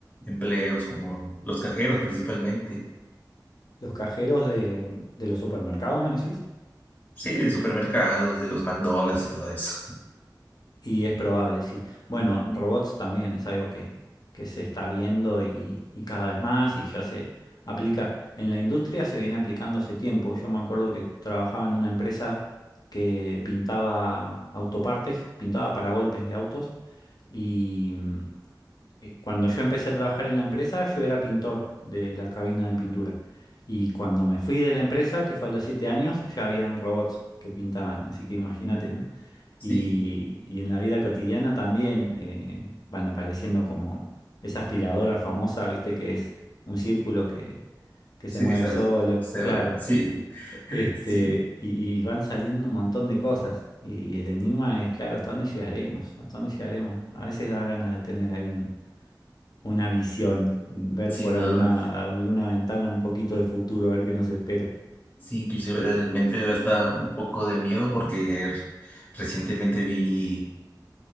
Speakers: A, on the left (about 25°); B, on the left (about 60°).
A: empleos como los cajeros principalmente.
B: Los cajeros de, de los supermercados, me decís.
A: Sí, de supermercados, de los McDonald's y todo eso.
B: Y es probable, sí. Bueno, robots también es algo que, que se está viendo y, y cada vez más y ya se aplica. En la industria se viene aplicando hace tiempo. Yo me acuerdo que trabajaba en una empresa que pintaba autopartes, pintaba para golpes de autos y mm, eh, Cuando yo empecé a trabajar en la empresa, yo era pintor de la cabina de pintura. Y cuando me fui de la empresa, que fue a los siete años, ya habían robots que pintaban. Así que imagínate, ¿no?
A: Sí,
B: Y, y en la vida cotidiana también eh, van apareciendo como esa aspiradora famosa, ¿viste? Que es un círculo que, que
A: sí
B: se mueve
A: que estás,
B: solo.
A: se
B: Claro.
A: va, sí,
B: E- Este,
A: sí,
B: y, y van saliendo un montón de cosas. Y, y el enigma es, claro, ¿hasta dónde llegaremos? ¿Hasta dónde llegaremos? A veces da ganas de tener ahí un una visión, ver
A: sí,
B: por
A: no,
B: alguna, alguna ventana un poquito de futuro, a ver qué nos espera.
A: sí, inclusive realmente da hasta un poco de miedo porque recientemente vi